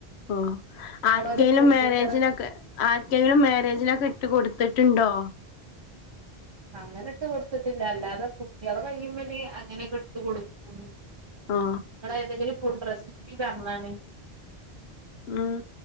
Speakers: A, on the left; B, on the right.
A: ഓ ആര്ക്കെലും
B: നിങ്ങളൊരു ഫുഡിന്റെ
A: മേരേജിനൊക്കെ
B: റെസി
A: ആര്ക്കെങ്കിലും മേരേജിനോക്കെ ഇട്ട് കൊടുത്തിട്ട്ണ്ടോ
B: അങ്ങനെ ഇട്ട് കൊട്ത്തിട്ടില്ല അല്ലാതെ കുട്ടിയളെ കയ്യ്മ്മല് അങ്ങനൊക്കെ ഇട്ട് കൊടുക്കും ഇങ്ങള്
A: ഓ
B: ഏതെങ്കിലും ഫുഡ് റെസ്പ്പി പർഞ്ഞാണി
A: ഉം